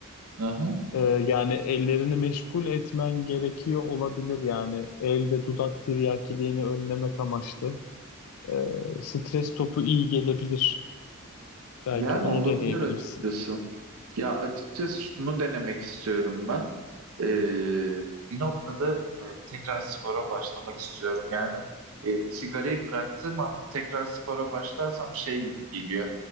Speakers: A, on the right; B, on the left.
A: Aha.
B: Ee, yani ellerini meşgul etmen gerekiyor olabilir yani el ve dudak tiryakiliğini önlemek amaçlı. Ee, stres topu iyi gelebilir. Belki
A: Yani
B: onu
A: olabilir
B: deneyebilirsin.
A: açıkçası. Ya açıkçası şunu denemek istiyorum ben. Ee, bir noktada e, tekrar spora başlamak istiyorum. Yani e, sigarayı bıraktığım anda tekrar spora başlarsam şey gibi geliyor.